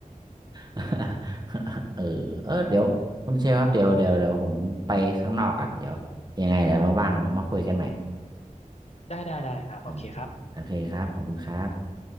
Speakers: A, on the right; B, on the left.
A: <laughs> เออเออเดี๋ยวคุณเชฟครับเดี๋ยวเดี๋ยวเดี๋ยวผมไปข้างนอกก่อนเดี๋ยวยังไงเดี๋ยวเราว่างเรามาคุยกันใหม่
B: ได้ได้ได้ครับโอเคครับ
A: โอเคโอเคครับขอบคุณครับ